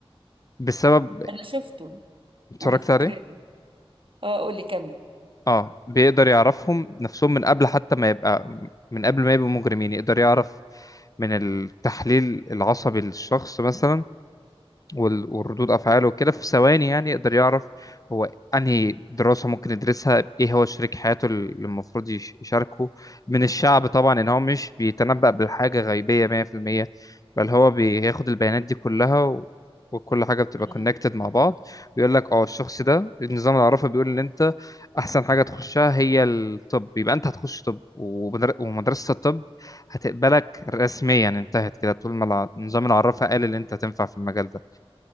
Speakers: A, on the left (about 35°); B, on the right (about 60°).
A: بسبب
B: انا شفته
A: اتفرجت
B: انا فاكراه
A: عليه
B: اه قولي كمل
A: اه بيقدر يعرفهم نفسهم من قبل حتى ما يبقى من قبل ما يبقوا مجرمين يقدر يعرف من التحليل العصبي للشخص مثلا وال- وردود افعاله وكده في ثواني يعني يقدر يعرف هو انهي دراسه ممكن يدرسها ايه هو شريك حياته اللي المفروض يش- يشاركه من الشعب طبعا ان هو مش بيتنبأ بالحاجه غيبيه 100% بل هو بياخد البيانات دي كلها و... وكل حاجه بتبقى
B: مم.
A: كونكتد مع بعض بيقول لك اه الشخص ده النظام العرفي بيقول ان انت احسن حاجه تخشها هي الطب يبقى انت هتخش طب وبدر- ومدرسه الطب هتقبلك رسميا انتهت كده طول ما الع- النظام العرفي قال ان انت هتنفع في المجال ده